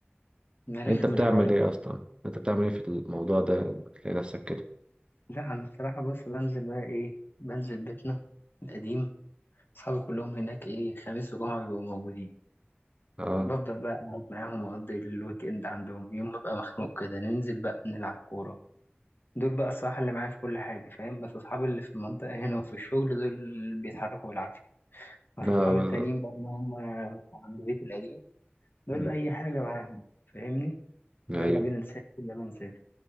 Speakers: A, on the left; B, on the right.
A: ده
B: أنت
A: رخم
B: بتعمل
A: الحوار
B: إيه أصلا؟ أنت بتعمل إيه في الموضوع ده لما تلاقي نفسك كده؟
A: لا انا الصراحه بص بنزل بقى ايه بنزل بيتنا القديم اصحابي كلهم هناك ايه خميس وجمعه بيبقوا موجودين
B: آه
A: بفضل بقى قاعد معاهم واقضي الويك اند عندهم يوم ما ببقى مخنوق كده ننزل بقى نلعب كوره دول بقى الصراحه اللي معايا في كل حاجه فاهم بس اصحابي اللي في المنطقه هنا وفي الشغل دول اللي بيتحركوا بالعافيه بس
B: لا
A: اصحابي التانيين بقى اللي هم عند بيت القديم دول
B: مم.
A: اي حاجه معاهم فاهمني
B: <laughs> أيوه
A: يلا بينا نسافر يلا نسافر